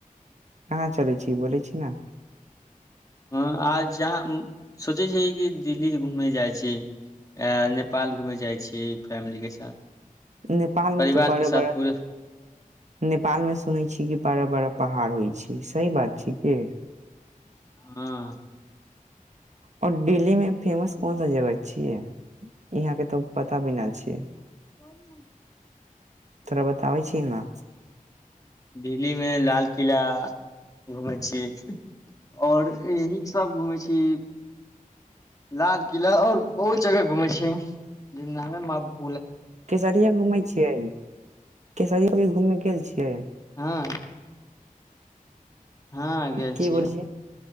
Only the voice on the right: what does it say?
कहाँ चलै छी बोलइ छी न
नेपाल
मे त बड़ा
बड़ा
नेपाल मे सुनै छी कि बड़ा बड़ा पहाड़ होइ छै सही बात छै के?
और डेली मे फेमस कोन सा जगह छियै यहां के तऽ पता भी नहि छ।
तोरा बताबै छिय ने।
केसरिये घूमै छियै केसरी की घूममे गेल छियै।
की
बोल छियै